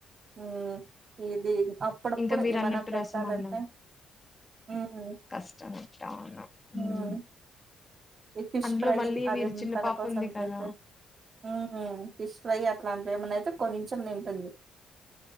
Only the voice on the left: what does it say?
ఇంకా మీరు
అన్నట్టు
రసం అన్నం
కష్టం అవును హ్మ్.
అందులో
మళ్ళీ
మీరు
చిన్న
పాప
ఉంది
కదా